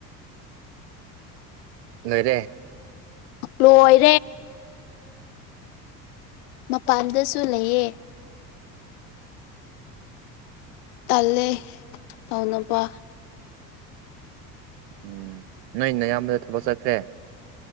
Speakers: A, on the right (about 75°); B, on the left (about 65°).
A: ꯂꯣꯏꯔꯦ
B: ꯂꯣꯏꯔꯦ ꯃꯄꯥꯟꯗꯁꯨ ꯂꯩꯌꯦ ꯇꯜꯂꯦ ꯇꯧꯅꯕ
A: ꯎꯝ ꯅꯣꯏ ꯑꯌꯥꯝꯕꯗꯣ ꯊꯕꯛ ꯆꯠꯈ꯭ꯔꯦ